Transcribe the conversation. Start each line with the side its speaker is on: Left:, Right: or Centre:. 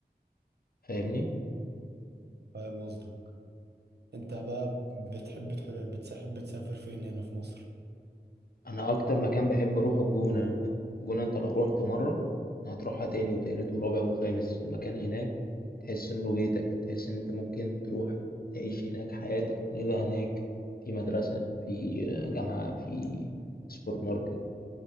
Left: فاهمني
Right: فاهم قصدك انت بقى بتحب تح- بتحب تسافر فين هنا في مصر؟
Left: انا اكتر مكان بحب اروحه الجونة الجونة انت لو رحت مرة هتروحها تاني وتالت ورابع وخامس المكان هناك تحس انه بيتك تحس ان انت ممكن تروح تعيش هناك حياتك تنقلها هناك في مدرسة في جامعة في سوبر ماركت